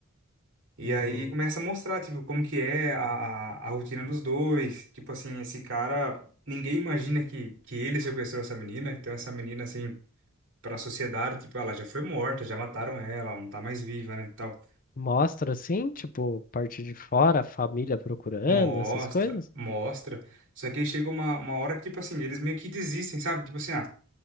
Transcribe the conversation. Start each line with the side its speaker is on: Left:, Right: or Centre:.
Right: E
Left: hum.
Right: aí começa a mostrar, tipo, como que é a, a, a rotina dos dois. Tipo assim, esse cara, ninguém imagina que, que ele sequestrou essa menina. Então essa menina, assim, pra sociedade, tipo, ela já foi morta, já mataram ela, ela não tá mais viva, né, e tal.
Left: Mostra, assim, tipo, parte de fora, a família procurando,
Right: Mostra,
Left: essas coisas?
Right: mostra. Só que aí chega uma, uma hora que, tipo assim, eles meio que desistem, sabe? Tipo assim, ah,